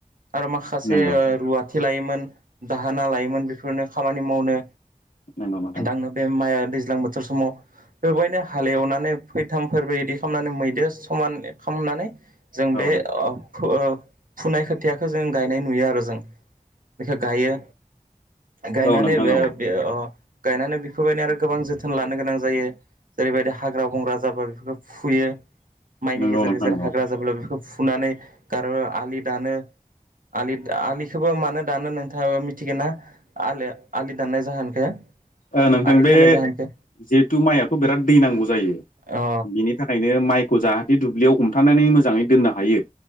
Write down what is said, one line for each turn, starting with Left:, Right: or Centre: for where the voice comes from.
Right: आरो माखासे
Left: नंगौ
Right: ओ रुवाथि लायोमोन दाहोना लायोमोन बेफोरनो खामानि मावनो
Left: नंगौ नोंथां
Right: दांनो बे माइ दैज्लां बोथोर समाव। बेबायनो हालेवनानै फैथाम फोरबो बिदि खालामनानै मैदो समान खामनानै जों बे
Left: औ नोंथां
Right: ओ फुनाय खोथिया खो जों गायनाय नुयो आरो जों बेखो गायो। गायनानै
Left: औ नोंथां
Right: बे
Left: औ
Right: बे अ गायनानै बेफोरबायनो आरो गोबां जोथोन लानो गोनां जायो जेरैबायदि हाग्रा बंग्रा जाबा बेफोरखौ फुयो। माइनि
Left: नंगौ
Right: गेजेर
Left: नोंथां
Right: गेजेर
Left: नंगौ
Right: हाग्रा जाब्ला बेखौ फुनानै गारो आलि दानो। आलि आलिखौबो मानो दानो नोंथाङाबो मिथिगोन ना आलि आलि दाननाय जाहोनखो?
Left: ओ नोंथां
Right: आलि
Left: बे
Right: खोनाय जाहोनखो
Left: जिहेथु माइआथ' बिराद दै नांगौ जायो
Right: अ
Left: बिनि थाखायनो माइखौ जाहाथे दुब्लियाव हमथानानै मोजाङै दोननो हायो